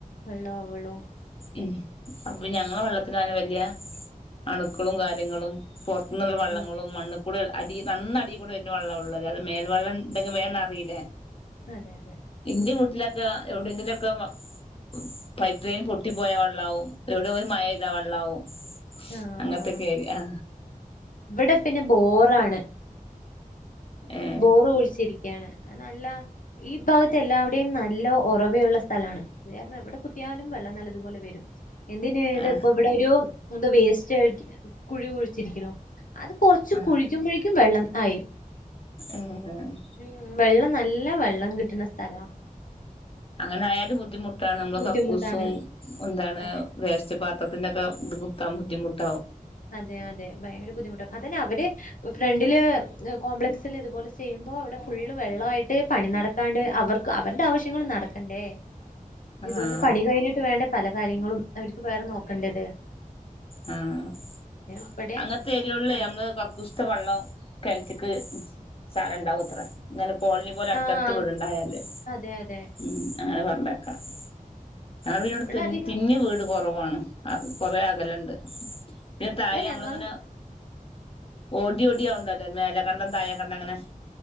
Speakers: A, on the left; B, on the left.
A: വെള്ളാവുവൊളളൂ
B: ഉം അപ്പൊപിന്നെ ആ വെള്ളത്തിനങ്ങനെ വല്ല്യ അണുക്കളും കാര്യങ്ങളും പൊറത്തൂന്നൊള്ള വെള്ളങ്ങളും
A: ആഹ്
B: മണ്ണും കൂടുതൽ അടി നന്ന അടി കൂടായിട്ടാ വെള്ളവൊള്ളത് അത് മേൽവെള്ളം ഉണ്ടങ്കിൽ വേഗം നിറയിലെ
A: അതെയതെ
B: ഇന്റെ വീട്ടിലൊക്കെ എവിടെങ്കിലൊക്കെ മ പൈപ്പ് ലൈൻ പൊട്ടിപ്പോയ വെള്ളാവും എവിടോലും മഴെയ്താ വെള്ളാവും
A: ആഹ്
B: അങ്ങനത്തൊക്കെ ഏരിയ ആ
A: ഇവിടെ പിന്നെ ബോറാണ്
B: ഉം <inaudible>
A: ബോറ് കുഴിച്ചിരിക്കയാണ് അത് നല്ല ഈ ഭാഗത്ത് എല്ലാവിടെയും നല്ല ഒറവ <unintelligible> സ്ഥലാണ് അത്കാരണം എവിടെ കുത്തിയാലും വെള്ളം നല്ലതുപോലെ വരും എന്തിന് ഇതിപ്പോ
B: ആ
A: ഇവിടൊരു മുമ്പ് വേസ്റ്റ് കുഴി കുഴിച്ചിരിക്കണു അത് കൊറച്ച്
B: ആ
A: കുഴിക്കുമ്പഴേക്കും വെള്ളം ആയി
B: ആഹ് ആഹ്
A: ഉം വെള്ളം നല്ല വെള്ളം കിട്ടിണ സ്ഥലാ
B: അങ്ങനെ ആയാലും ബുദ്ധിമുട്ടാണ് നമ്മള്
A: ബുദ്ധിമുട്ടാണ്
B: കക്കൂസും എന്താണ്
A: അതെ
B: വേസ്റ്റ് പാത്രത്തിന്റൊക്കെ ഇത് കുത്താൻ ബുദ്ധിമുട്ട്
A: അതെയതെ ഭയങ്കര ബുദ്ധിമുട്ടാ അതിന്നവര് ഫ്രണ്ടില് ഏഹ് കോംപ്ലക്സില് ഇതുപോലെ ചെയ്യുമ്പോ അവിടെ ഫുള്ള് വെള്ളായിട്ട് പണി നട ക്കാണ്ട് അവർക്ക് അവരുടെ ആവശ്യങ്ങളും നടക്കണ്ടേ
B: ആഹ്
A: ഇതൊന്ന് പണി കഴിഞ്ഞിട്ട് വേണ്ടേ പല കാര്യങ്ങളും അവരിക്ക് വേറെ നോക്കെണ്ടത്
B: ആഹ്
A: ഇവിടെ
B: അങ്ങനത്തെ ഏരിയോകളിലേ
A: വേണം
B: ഞമ്മള് ക കുസ്ത വെള്ളം കെണറ്റിക്ക് ചാടെ ഇണ്ടാവും അത്രെ ഇങ്ങനെ കോളനി പോലെ അടുത്തടുത്ത്
A: ആഹ്
B: വീടുണ്ടായാല്
A: അതെ അതെ
B: ഉം അങ്ങനെ പറഞ്ഞേക്കാം ഞങ്ങടിവിടെ
A: ഇവിടെ അധികം
B: തിങ്ങി വീട് കൊറവാണ് ആഹ് കൊറേ അകലുണ്ട് പിന്നെ തായെ
A: ഇവിടെ
B: നമ്മളിങ്ങനെ
A: ഞങ്ങളും
B: ഓടി ഓടി ആവൊണ്ടല്ലോ മേലെ കണ്ടം താഴെ കണ്ടം അങ്ങനെ